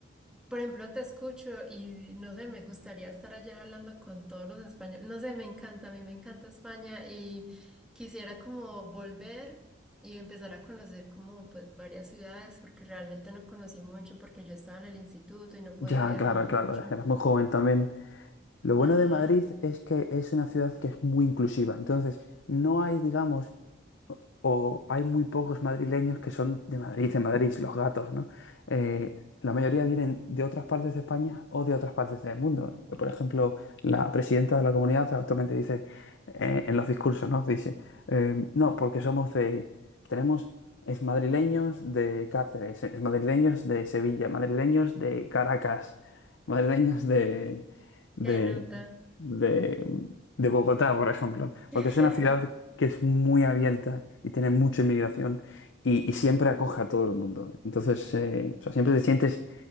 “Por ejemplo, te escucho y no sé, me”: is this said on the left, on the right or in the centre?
Centre